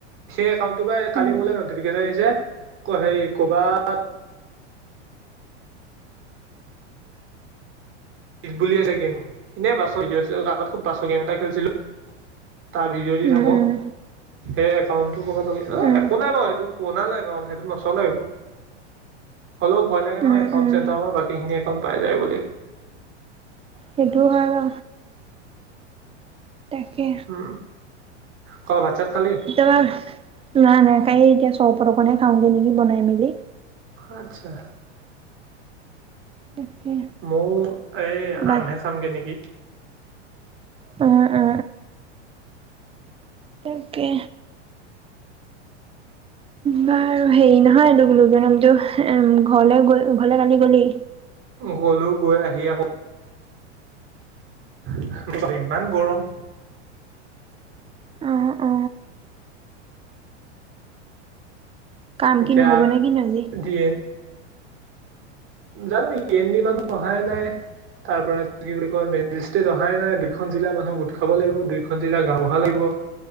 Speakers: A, on the right (about 35°); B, on the right (about 15°).
A: সেই একাউন্ত টো পা কালি
B: উম,
A: মোলৈ ন যে হেই কৰ'বাত গীত বুলি আছে কিন্তু, এনেই বাছ <unintelligible> আগত খুব বাছৰ গেম এটা খেলছিলো। তাৰ ভিডিঅ' দি
B: উম,
A: থাকোঁ।
B: উম,
A: সেই একাউণ্টটো কবাট লগিন,
B: উম,
A: একো নাই বাৰু সেইটো বনালে একাউণ্ট সেইটো নচলে একো। হ'লেও ভয় লাগে
B: উম,
A: নহয় একাউণ্ট
B: উম।
A: চেণ্টাৰ পা বাকী খিনি একাউণ্ট পাই যায় বুলি।
B: সেইটো হয় ৰ তাকে
A: উম, ক ভাত চাত খালি?
B: কেতিয়াবা, নাই নাই তাই এতিয়া চৰবত খাওঁগে নেকি বনাই মেলি।
A: আচ্ছা।
B: তাকে
A: মৌ এই
B: বাক
A: আমহে খামগে নিকি।
B: অ অ তাকে বাৰু হেৰি নহয় <unintelligible> উম ঘৰলে গৈ ঘৰলে কালি গলি
A: গ'লো গৈ আহি আকৌ <unintelligible> ইমান গৰম।
B: অ অ কাম
A: এতিয়া
B: কি নহ'ব নে কি নাজি।
A: ডি এন জানো ই এন দিনত অহাই নাই। তাৰ পৰা কি বুলি কয় মেজিষ্ট্ৰেট অহাই নাই দুইখন জিলা মানুহ গোট খাব লাগিব দুইোখন জিলা গাও বুঢ়া লাগিব